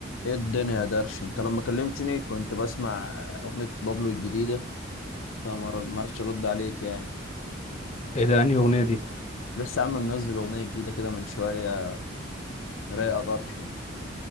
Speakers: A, on the left; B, on the left.
A: ايه الدنيا يا درش انت لما كلمتني كنت بسمع اغنية بابلو الجديدة فما رد- ما عرفتش ارد عليك يعني
B: ايه ده انهي اغنيه دي
A: لسه يا عم منزل اغنية جديدة كده من شوية رايقة طرش يعني